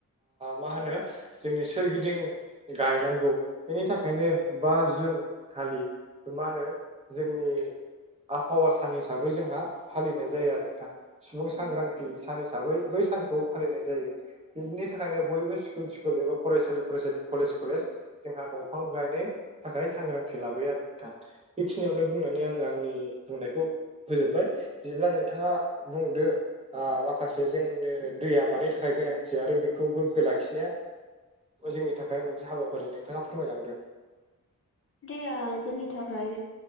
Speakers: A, on the right; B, on the left.
A: मा होनो जोंनि सोरगिदिं गायनांगौ बेनि थाखायनो बा जुन खालि मा होनो जोंनि आबहावा सान हिसाबै जोंहा फालिनाय जायो आरो नोंथां सुबुं सांग्रांथि
B: उम
A: सान हिसाबै बै सानखौ फालिनाय जायो बिनि थाखायनो बयबो स्कुल स्कुल एबा फरायसालि फरायसालि कलेज कलेज जोंहा दंफां गायनो थाखाय सांग्रांथि लाबोयो आरो नोंथां बेखिनियावनो बुंनानै आङो आंनि बुंनायखौ होजोब्बाय बिदिब्ला नोंथाङा बुंदो माखासे जोंनो दैया मानि थाखाय गोनांथि आरो बेखौ गोग्गो लाखिनाया जोंनि थाखाय मोनसे हाबाफारि नोंथाङा फोरमायलांदों
B: दया जोंनि थाखाय